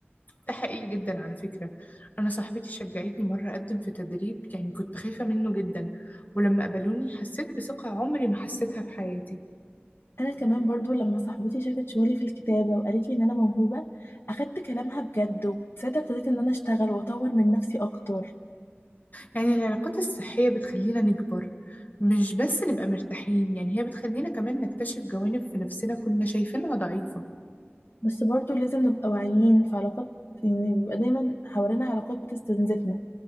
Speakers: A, on the left (about 40°); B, on the left (about 60°).
A: ده حقيقي جدا على فكرة أنا صاحبتي شجعتني مرة أقدم في تدريب يعني كنت خايفة منه جدا ولما قبلوني حسيت بثقة عمري ما حسيتها في حياتي
B: أنا كمان برضو لما صاحبتي شافت شغلي في الكتابة وقالت لي إن أنا موهوبة أخدت كلامها بجد وساعتها ابتديت إن أنا أشتغل وأطور من نفسي أكتر
A: يعني العلاقات الصحية بتخلينا نكبر مش بس نبقى مرتاحين يعني هي بتخلينا كمان نكتشف جوانب في نفسنا كنا شايفينها ضعيفة
B: بس برضو لازم نبقى واعيين في علاقات إن بيبقى دايما حوالينا علاقات بتستنزفنا